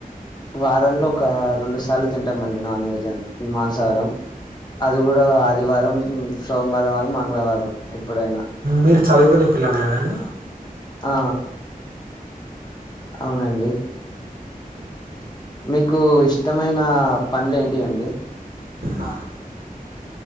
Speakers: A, on the left (about 30°); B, on the right (about 80°).
A: వారంలో ఒక రెండు సార్లు తింటాంమండి నాన్ వెజ్ అ మాంసాహారం అది కూడా ఆదివారం సోమవారం మంగళవారం ఎప్పుడైనా
B: మీరు చదువుకునే పిల్లాడే కదా అండి
A: ఆ అవునండి మీకు ఇష్టమైన పండ్ల లు ఏంటి అండి
B: ఆ